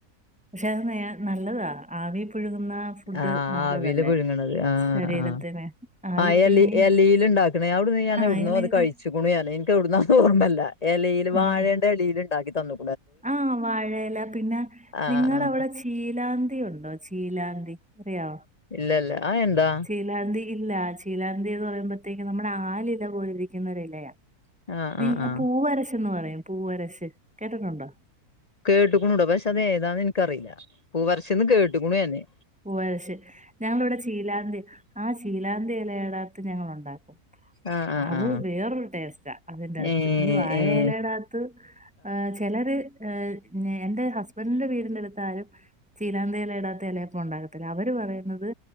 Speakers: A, in the centre; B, on the left.
A: പക്ഷെ അത് നേ നല്ലതാ ആവിൽ പുഴുങ്ങുന്ന ഫുഡ്
B: ആഹ്
A: നല്ലതല്ലേ
B: ആവിൽ പുഴുങ്ങണത് ആഹ്
A: ശരീരത്തിന്
B: ആഹ്
A: ആവി
B: ആ ഹ്
A: പുഴുങ്ങി
B: എലി എലിൽ ഉണ്ടാക്കും ഞാൻഅവിടുന്ന് ഞാന
A: ആഹ്
B: ഇവിടന്നോഅത്
A: എലയുടെ
B: കഴിച്ചു ചേക്കണു ഞാന് എനിക്ക് എവിടുന്നന്ന് ഓർമ്മല്ല ഇലയിൽ
A: ആഹ്
B: വാഴേയുടെ ഇലയിൽ ഉണ്ടാക്കി തന്നു
A: ആഹ് വാഴ എല പിന്നെ
B: ആഹ്
A: നിങ്ങവിടെ
B: ആഹ്
A: ചീലാന്തി ഉണ്ടോ ചീലാന്തി അറിയോ
B: ഇല്ലല്ലേ ആ എന്താ
A: ചീലാന്തി ഇല്ല ചീലാന്തി എന്ന് പറയ്പോഴത്തേക്കും നമ്മുടെ ആലില പോലിരിക്കുന്ന ഒരി ഇലയ
B: ആഹ്
A: നി
B: ആഹ് ആഹ്
A: പൂവരശന്ന് പറയും പൂവരശ് എന്ന് പറയും കേട്ടിട്ടുണ്ടോ
B: കേട്ടക്കണൂടാ പക്ഷെ അത ഏതാന്ന് എനിക്കറിയില്ല പൂ വർ ശ്ന്ന് കേട്ടു ക്കുണു എന്നന്നെ
A: പൂവർ ശ് ഞങ്ങളിവിടെ ചീലാന്തി ആഹ് ശീലാന്തി ഇലയുടെ അകത്ത് ഞങ്ങള് ഉണ്ടാക്കും
B: ആഹ് ആഹ്
A: അത്
B: ആഹ് ആഹ്
A: വേറൊരു ടേസ്റ്റാ അതിന്റെ ന്നകത്ത്
B: ഏഹ്
A: ഈ വാഴ
B: ഏഹ്
A: ഇലയുടെ അകത്ത് ആഹ് ചിലര് ഏ എന്റെ ഹസ്ബൻഡറിന്റെ വീടിന്റെ അടുത്താലും ചീലാന്തി ഇല ഇടാത്ത ഇല അപ്പം ഉണ്ടാക്കിതരും അവര് പറയുന്നത്